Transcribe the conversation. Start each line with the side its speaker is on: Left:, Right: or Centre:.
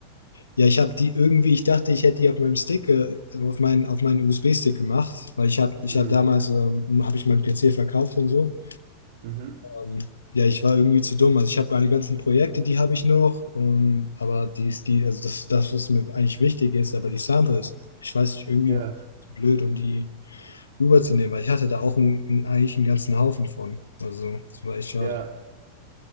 Left: ja, ich habe die irgendwie, ich dachte, ich hätte die auf meinem Stick, äh, auf meinen, auf meinen USB-Stick gemacht, weil ich habe, ich
Right: Mm,
Left: habe damals, ähm, habe ich meinen PC verkauft und so.
Right: Mhm.
Left: Ähm, ja, ich war irgendwie zu dumm. Also ich habe meine ganzen Projekte, die habe ich noch, ähm, aber die, ist die, also das, das, was mir eigentlich wichtig ist, aber die Samples, ich weiß nicht, irgendwie
Right: Ja,
Left: war ich zu blöd, um die rüberzunehmen, weil ich hatte da auch einen, einen, eigentlich einen ganzen Haufen von. Also, das war echt schade.
Right: ja,